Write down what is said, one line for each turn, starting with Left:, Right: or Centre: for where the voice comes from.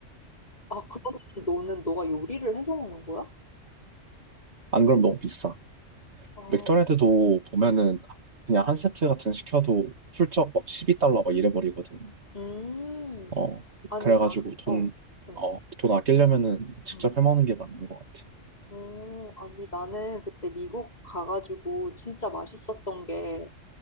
Left: 아, 그러면 너는 너가 요리를 해서 먹는 거야?
Right: 안 그럼 너무 비싸.
Left: 아,
Right: 맥도날드도 보면은 그냥 한 세트 같은 거 시켜도 훌쩍 막 12달러 막 이래버리거든.
Left: 음.
Right: 어,
Left: 아니,
Right: 그래가지고
Left: 난,
Right: 돈,
Left: 어, 응.
Right: 어, 돈 아끼려면은 직접
Left: 응.
Right: 해먹는 게 맞는 것 같아.
Left: 어, 아니, 나는 그때 미국 가가지고 진짜 맛있었던 게